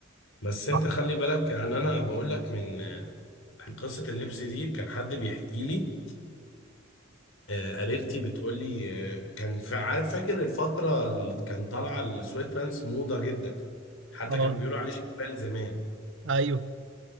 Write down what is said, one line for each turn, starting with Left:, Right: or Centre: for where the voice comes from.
Left: بس انت
Right: صح.
Left: خلي بالك يعني انا بقول لك من عن قصة اللبس دي كان حد بيحكي لي آه، قريبتي بتقول لي آه، كان في عارف فاكر الفترة اللي كان طالعة السويت بانس موضة جدا حتى
Right: اه
Left: كانوا بيقولوا عليه شبال زمان
Right: ايوه